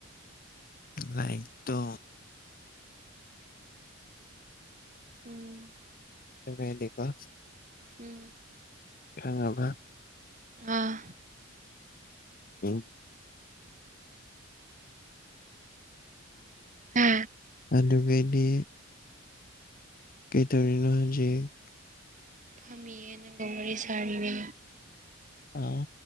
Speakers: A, on the left; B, on the right.
A: ꯂꯥꯏꯔꯤꯛꯇꯣ꯫
B: ꯎꯝ꯫
A: ꯇꯨꯝꯕ ꯌꯗꯦꯕ꯫
B: ꯎꯝ꯫
A: ꯈꯪꯉꯕ꯫
B: ꯑꯥ꯫
A: ꯑꯣ꯫
B: ꯍꯥ
A: ꯑꯅꯕꯦꯕꯤ꯫ ꯀꯩꯇꯧꯔꯤꯅꯣ ꯍꯧꯖꯤꯛ꯫
B: ꯐꯝꯃꯤꯌꯦ ꯅꯒ ꯋꯥꯔꯤ ꯁꯔꯤꯅꯦ꯫
A: ꯑꯥ